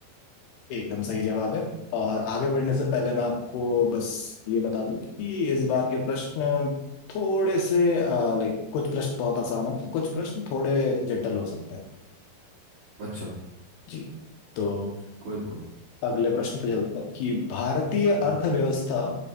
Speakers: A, on the left (about 80°); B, on the right (about 70°).
A: एकदम सही जवाब है और आगे बढ़ने से पहले मैं आपको बस ये बता दूं कि इस बार के प्रश्न थोड़े से लाइक कुछ प्रश्न बहुत आसान होंगे कुछ प्रश्न थोड़े जटिल हो सकते हैं
B: अच्छा
A: जी तो
B: कोई प्रॉब्लम
A: अगले प्रश्न पे चलते हैं कि भारतीय अर्थव्यवस्था
B: हम्म।